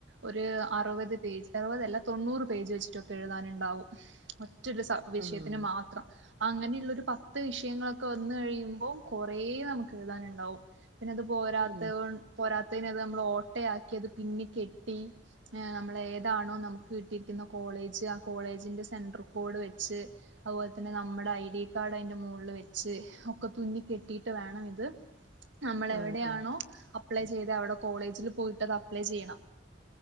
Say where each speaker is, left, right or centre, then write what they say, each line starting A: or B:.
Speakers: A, on the right; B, on the right.
A: ഒര് അറ് വത് പേജ് അറുവത് അല്ല തൊണ്ണൂറ് പേജ് വെച്ചിട്ടൊക്കെ എഴ്താന് ഇണ്ടാവും ഉറ്റൊരു സ വിഷയത്തിന്
B: ആഹ്
A: മാ ത്രം അങ്ങനെയ്ള്ള ഒരു പത്ത് വിഷയങ്ങളൊക്കെ വന്ന് കഴിയുമ്പൊ കാെറേ നമുക് കെഴ്താന്ണ്ടാവും പിന്നെ അത് പോരാത്തത്
B: ഉം
A: കൊ പോരാത്തൈന് അത് നമ്മള് ഓട്ടെയാക്കി അത് പിന്നെ കെട്ടി ങ്ങേ നമ്മളെ ഏതാണോ നമുക്ക് കിട്ടിയിരിക്ക്ന്ന കോളേജ് ആ കോളേജിന്റെ സെൻഡ്റ് കോഡ് വെച്ച് അത്പോലെ തന്നെ നമ്മടെ ഐ ഡി കാർഡ് ഐന്റെ മാേൾള് വെച്ച് ഒക്കെ തുന്നി കെട്ടിയിട്ട് വേണം അത് നമ്മള്
B: ആഹ്
A: എവെടെയാണോ
B: ആഹ്
A: അപ്ലൈ ചെയ്ത് അവടെ കോളേജില് പോയിട്ട് അത് അപ്ലൈ ചെയ്യണം